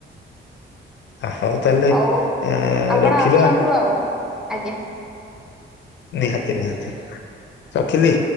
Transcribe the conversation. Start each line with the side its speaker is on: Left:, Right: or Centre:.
Left: ଆଉ ତାହେଲେ
Centre: ଆଉ
Left: ଏ
Centre: ଆପଣ
Left: ରଖିବା
Centre: ଆସନ୍ତୁ ଆଉ, ଆଜ୍ଞା।
Left: ନିହାତି ନିହାତି ରଖିଲି।